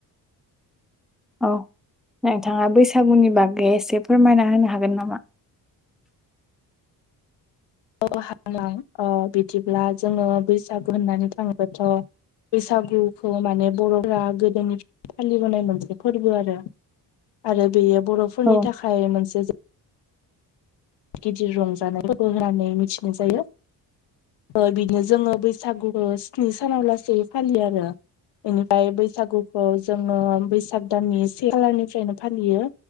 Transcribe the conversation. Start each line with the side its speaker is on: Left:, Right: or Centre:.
Centre: औ नोंथाङा बैसागुनि बागै एसे फोरमायना होनो हागोन नामा?
Left: औ हाग <unintelligible> अ' बिदिब्ला जोङो बैसागु होननानै थाङोबाथ' बैसागुखौ माने बर'फोरा गोदोनिफ्राय फालिबोनाय मोनसे फोरबो आरो। आरो बेयो बर'फोरनि
Centre: औ
Left: थाखाय मोनस गिदिर रंजानाय फोरबो होननानै मिथिनाय जायो। ओ बिदिनो जोङो बैसागुखो स्नि सानाव लासै फालियो आरो। इनिफ्राय बैसागुखौ जोङो बैसाग दाननि से खालारनिफ्रायनो फालियो।